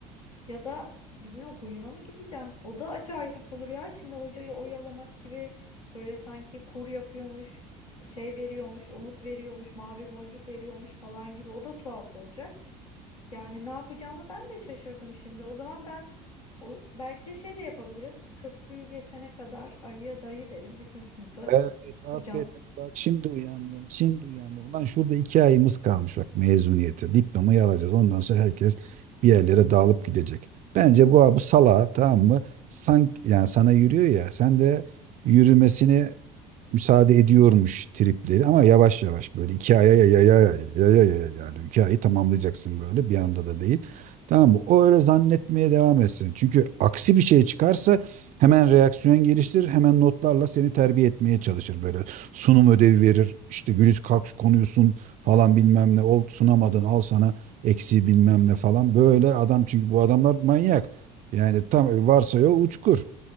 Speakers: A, on the left; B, on the right.
A: Ya da bilmiyorum huyuna mı gideceğim? O da acayip olur ya. Şimdi hocayı oyalamak gibi böyle sanki kur yapıyormuş, şey veriyormuş, umut veriyormuş, mavi boncuk veriyormuş falan gibi. O da tuhaf olacak. Yani ne yapacağımı ben de şaşırdım şimdi. O zaman ben o, belki de şey de yapabilirim. Köprüyü geçene kadar ayıya dayı derim bütün sınıfı.
B: Evet, aferin.
A: Hocam
B: Bak şimdi uyandın, şimdi uyandın. Ulan şurada iki ayımız kalmış bak mezuniyete. Diplomayı alacağız. Ondan sonra herkes bir yerlere dağılıp gidecek. Bence bu bu sala tamam mı? Sanki yani sana yürüyor ya. Sen de yürümesini müsaade ediyormuş tripleri ama yavaş yavaş böyle iki aya ya ya ya ya ya ya yani iki ayı tamamlayacaksın böyle bir anda da değil. Tamam mı? O öyle zannetmeye devam etsin. Çünkü aksi bir şey çıkarsa hemen reaksiyon geliştirir, hemen notlarla seni terbiye etmeye çalışır böyle. Sunum ödevi verir, işte Güliz kalk şu konuyu sun falan bilmem ne, ol sunamadın al sana eksi bilmem ne falan. Böyle adam çünkü bu adamlar manyak. Yani tam varsa ya uçkur.